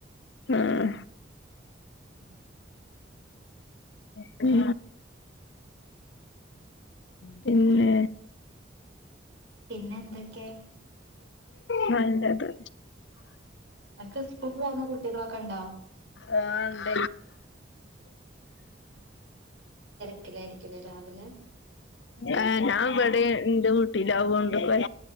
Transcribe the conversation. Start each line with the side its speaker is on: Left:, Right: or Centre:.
Left: ആഹ്
Right: ഉം
Left: പി പിന്നെ
Right: പിന്നെ എന്തൊക്കെ
Left: നല്ലത്
Right: അക്കെ സ്കൂള പോകുന്ന കുട്ടികളൊക്കെ ഉണ്ടോ
Left: ആ ഉണ്ട
Right: ആലായിരിക്കില്ലേ രാവിലെ
Left: ആ ഞാൻ ഇവിടെ എറെ കട്ടില ആാവോണ്ട് കുയ